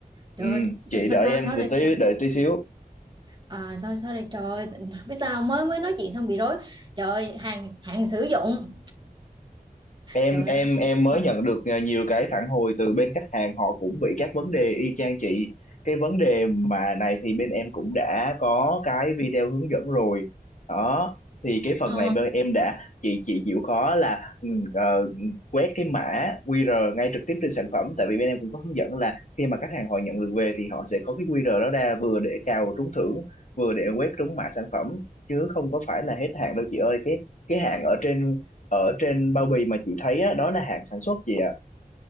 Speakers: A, on the right; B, on the left.
A: Trời
B: ừ,
A: ơi, so,
B: chị
A: so,
B: đợi
A: so,
B: em
A: sorry.
B: từ tí
A: So,
B: đợi tí xíu
A: à, so, sorry trời ơi, <laughs> biết sao mới mới nói chuyện xong bị rối. Trời ơi, hàng hàng sử dụng.
B: em
A: Trời
B: em
A: ơi,
B: em
A: so,
B: mới nhận được ờ, nhiều cái phản hồi từ bên khách hàng họ cũng bị các vấn đề y chang chị cái vấn đề mà này thì bên em cũng đã có cái video hướng dẫn rồi đó thì cái phần
A: Ờ,
B: này bên em đã chị chị chịu khó là ừ, ờ, quét cái mã QR ngay trực tiếp trên sản phẩm tại vì bên em cũng có hướng dẫn là khi mà khách hàng họ nhận được về thì họ sẽ có cái QR đó ra vừa để cào trúng thưởng vừa để quét trúng mã sản phẩm chứ không có phải là hết hạn đâu chị ơi cái cái hạn ở trên ở trên bao bì mà chị thấy á, đó là hạn sản xuất chị ạ